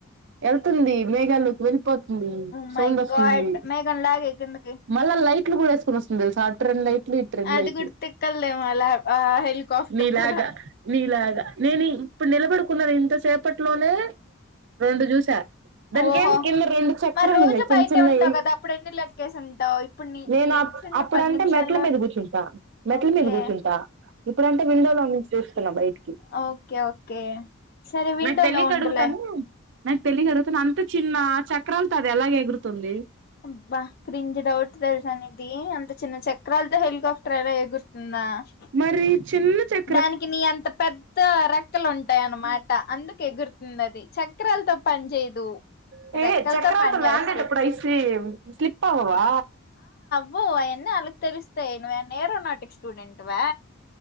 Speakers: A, on the right; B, on the left.
A: వెళ్తుంది మేఘాలుకి వెళ్ళిపోతుంది
B: ఓ
A: సౌండ్
B: మై
A: వస్తుంది
B: గాడ్ మేఘం లాగే కిందకి
A: మళ్ళా లైటులు వేసుకుని వస్తుంది తెలుసిా ట్రైన్ లైట్లు <unintelligible>
B: అది
A: లైట్లు
B: కూడా తిక్కలదేమో అలా ఆ హెలికాప్టర్
A: నీలాగ
B: కూడా
A: నీలాగ <unintelligible> ఇప్పుడు నిలబడుకున్నారు ఇంత సేపట్లోనే రెండు చూస దానికి
B: ఓహో
A: ఏం కింద రెండు చక్రాలు
B: మరి రోజు
A: ఉన్నాయి చిన్న
B: బయటే
A: చిన్నవి
B: ఉంటావు కదా అప్పుడు ఎన్ని లెక్కేసి ఉంటావు ఇప్పుడు నీ
A: నేనుప్
B: నిల్చున్న
A: అప్పుడ
B: పది
A: అంటే
B: నిమిషాల్లో
A: మెట్ల మీద కూర్చుంటా మెట్ల
B: ఓకే
A: మీద కూర్చుంటా ఇప్పుడటే విండోలో నుంచి చూస్తున్న బయటి
B: ఒకే ఒకే సరే <unintelligible>
A: నాకు తెలియక
B: ఉండులే
A: అడుగుతాను నాకు తెలియ అడుగుతున్నా అంత చిన్న చక్రాలు తది ఎలాగ ఎగురుతుంది
B: అబ్బా క్రించం డౌట్ తెలుసాను ఇది అంత చిన్న చక్రాలతో హెలికాప్ <unintelligible>
A: మరి చిన్న చె
B: దానికి నీ అంత పెద్ద రెక్కలు ఉంటాయి అన్నమాట అందుకు ఎగురుతుంది అది చక్క <unintelligible> రాలతో పని చేయదు
A: <unintelligible>
B: రెక్కలతో పని
A: ల్యాండ్
B: చేస్తది
A: <unintelligible> ఐసి స్లిప్ అవవా
B: వో అవన్న అళ్ళకు తెలుస్తాయివన్న ఏరోనాటిక్స్ స్టూడెంట్ వా